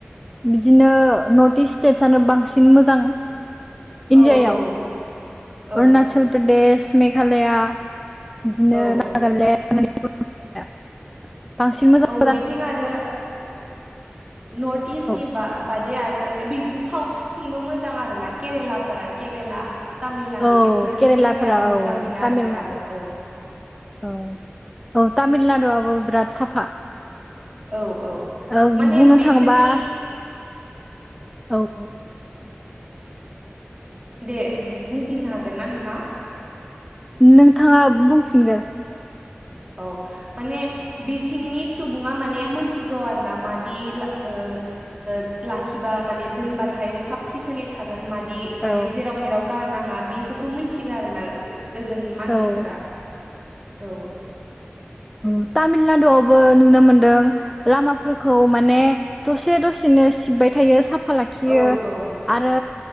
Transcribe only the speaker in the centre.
बिदिनो नर्थ इस्ट स्टेटसनो बांसिन मोजां इणडियायाव
अरणाचल प्रदेश मेघालया बिदिनो
नागालेण्ड <unintelligible> बांसिन मोजां
औ
औ
केरेलाफोरा
औ
औ तामिलनाडु
औ औ तामिलनाडुआबो बिराद साफा
औ
बुंनो
थाङोबा औ औ
नोंथाङा बुंफिनगोर
औ
औ
ओ तामिलनाडुआवबो नुनो मोनदों लामाफोरखौ माने दसे दसेनो नो सिबबाय थायो सा फा लाखियो
आरो